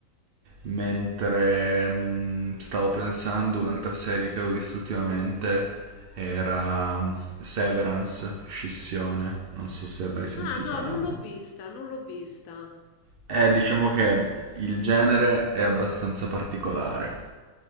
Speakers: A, on the right; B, on the left.
A: Mentre mm, stavo pensando, un'altra serie che avevo visto ultimamente era mm, Severance, Scissione, non so se l'hai sentita.
B: Ah, no, non l'ho vista, non l'ho vista.
A: Eh, diciamo che il genere è abbastanza particolare.